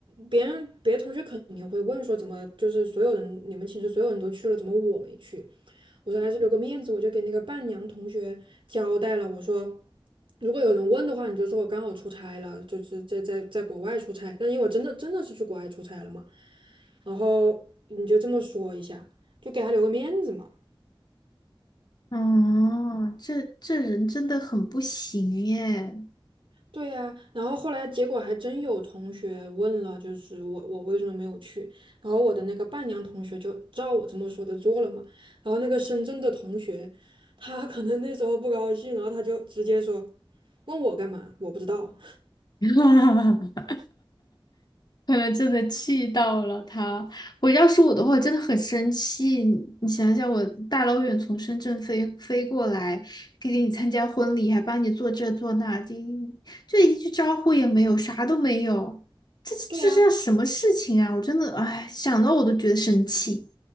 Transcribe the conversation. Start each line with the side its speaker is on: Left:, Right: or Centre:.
Right: 别人别的同学肯定会问说，怎么就是所有人你们寝室所有人都去了，怎么我没去？我说还是留个面子，我就给那个伴娘同学交代了，我说如果有人问的话，你就说我刚好出差了，就是在在在国外出差，但因为我真的真的是去国外出差了嘛，然后你就这么说一下，就给他留个面子嘛。
Left: 哦，这这人真的很不行耶。
Right: 对呀，然后后来结果还真有同学问了，就是我我为什么没有去？然后我的那个伴娘同学就照我这么说的做了嘛。然后那个深圳的同学，他可能那时候不高兴，然后他就直接说问我干嘛？我不知道。
Left: <laughs> 可能真的气到了他。我要是我的话，我真的很生气。你你想想，我大老远从深圳飞飞过来，给你参加婚礼，还帮你做这做那，就一就一句招呼也没有，啥都没有。这这叫什么事情啊？
Right: 对呀，
Left: 我真的，哎，想到我都觉得生气。